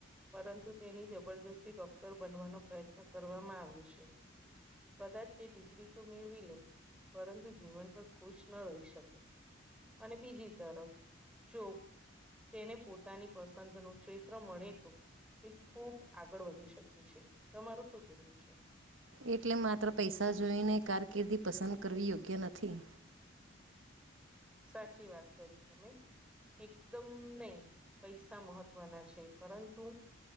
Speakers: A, in the centre; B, on the right.
A: પરંતુ તેની જબરજસ્તી ડોક્ટર બનવાનો પ્રયત્ન કરવામાં આવે છે કદાચ તે ડિગ્રી તો મેળવી લે પરંતુ જીવનભર ખુશ ન રહી શકે અને બીજી તરફ જો તેને પોતાની પસંદ નું ક્ષેત્ર મળે તો તે ખુબ આગળ વધી શકે છે તમારું શું કેવું છે?
B: એટલે માત્ર પૈસા જોઈને કારકિર્દી પસંદ કરવી યોગ્ય નથી.
A: સાચી વાત કરી તમે એકદમ નહી પૈસા મહત્વના છે પરંતુ